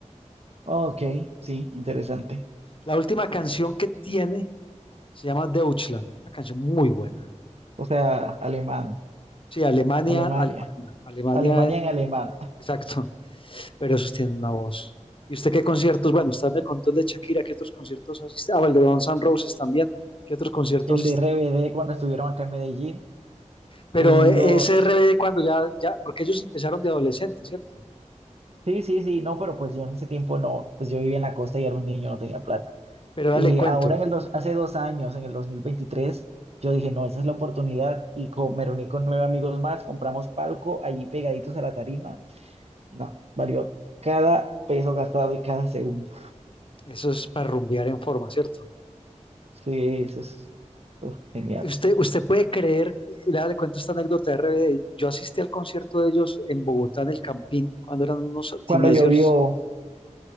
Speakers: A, on the right (about 55°); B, on the left (about 45°).
A: Oh, Ok, sí, interesante.
B: La última canción que tiene se llama Deutschland, una canción muy buena.
A: O sea, alemán,
B: Sí, Alemania,
A: Alemania,
B: Alemania, Alemania,
A: Alemania en alemán.
B: exacto. pero esos tienen una voz. ¿Y usted qué conciertos? Bueno, usted me contó el de Shakira, ¿qué otros conciertos asiste? Ah, el de Guns N' Roses también, ¿qué otros conciertos
A: El
B: asiste?
A: de RBD cuando estuvieron acá en Medellín,
B: Pero
A: he ido.
B: eh, SRB cuando ya, ya, porque ellos empezaron de adolescentes, ¿cierto?
A: Sí, sí, sí, no, pero pues yo en ese tiempo no, pues yo vivía en la costa y era un niño, no tenía plata.
B: Pero
A: Eh,
B: dale cuento,
A: ahora en el dos, hace dos años, en el 2023, yo dije, no, esa es la oportunidad y co- me reuní con nueve amigos más, compramos palco allí pegaditos a la tarima No, valió cada peso gastado y cada segundo.
B: eso es para rumbear en forma, ¿cierto?
A: Sí, eso es uf, genial.
B: Y usted, usted puede creer, y dale cuento esta anécdota de RBD, yo asistí al concierto de ellos en Bogotá, en el Campín, cuando eran unos
A: Cuando
B: teenagers,
A: llovió,